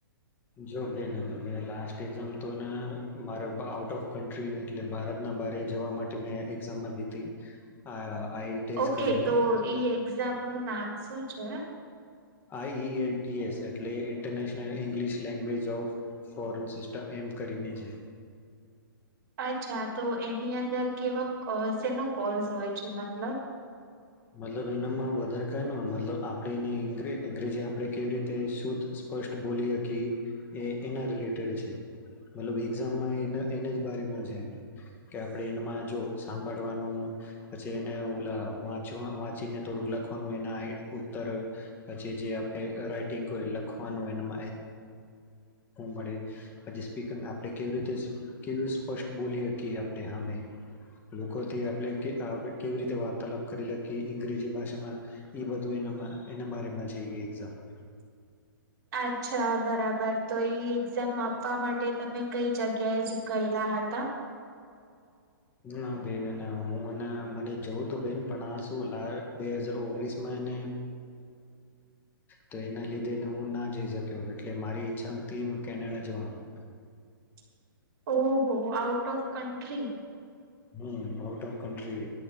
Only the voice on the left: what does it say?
જો બેન મેં એક્ઝામ તો ને મારે આઉટ ઓફ કન્ટ એટલે ભારત ં બરે જવા માટે મેં એક્ઝામમાં વીતી, આ આઈએલટીએસ
કરીને
આઈ એલ ટી એસ એટલે international English language of foreign system એમ. કરીને છે.
મતલબ એનામાં વધારે ક ન મતલબ આપે એને અંગ્રેજી આપડે કેવી રીતે શું સ્પષ્ટ બોલી હકી. એ એના રિલેટેડ છે. મતલબ એઝામમાં એના જ બમાં છે. કે આપડે એમાં જો સાંભળવાનું, પછી એને વાંચ વાંચીને થોડુંક લખવાનું એ ઉત્તર, પછી જે આપણે રાઈટિંગ લખવાનું ુંે પછીર આપ કેવી રીતે સ્ષ્ટ બોલીકી આપણે હમે, લોકોથી આપણે કેવી રીતે વાર્તાલાપ કરી લખી ઇંગ્રેજી ભાષામાં, એ બધું એનામાં એના બારમાં જઈએ એક્ઝામ.
ના બેન હું મને જોઉં તો બેન પણ આ શું બે હાજાર ઓગણીસ માં ટ એના લીધે હું ના જઈ શક્યો એટલે મારી ઈ્છા હતી ટ હું કેનેડા જોવાનું.
હ આઉટ ઓફ કન્ટ્રી